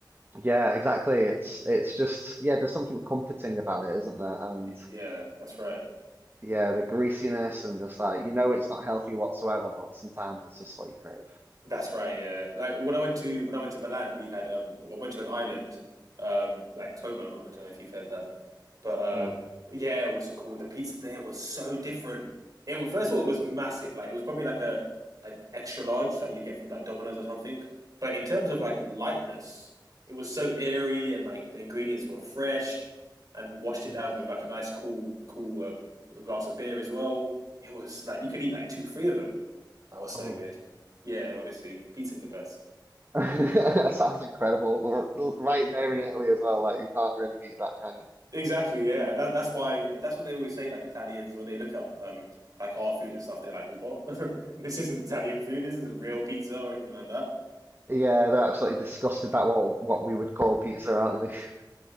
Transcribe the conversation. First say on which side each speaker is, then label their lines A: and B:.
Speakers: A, on the right; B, on the right.
A: yeah, exactly. It's it's just yeah. There's something comforting about it, isn't there? And
B: Yeah, that's right.
A: yeah, the greasiness and just like you know, it's not healthy whatsoever, but sometimes it's just what you crave.
B: That's right. Yeah, like when I went to when I went to Milan, we had um, I went to an island, um, like Como. I don't know if you've heard that. But uh,
A: No.
B: yeah, what's it called? The pizza there was so different. It was first of all, it was massive. Like it was probably like a an extra large that you get from like Domino's or something. But in terms of like lightness, it was so airy and like the ingredients were fresh and washed it
A: Oh,
B: down with like a nice cool cool uh, glass of beer as well. It was like you could eat like two, three of them. That was so
A: oh.
B: good. Yeah, honestly, pizza's the best.
A: <laughs> That
B: <laughs>
A: sounds incredible. R- r- Right there in Italy as well, like you can't really beat that, can you?
B: Exactly, yeah. That that's why that's what they always say, like Italians, when they look at um like our food and stuff, they're like, What? <laughs> This isn't Italian food, this isn't real pizza or anything like that.
A: Yeah, they're absolutely disgusted about what what we would call pizza, aren't they? <laughs>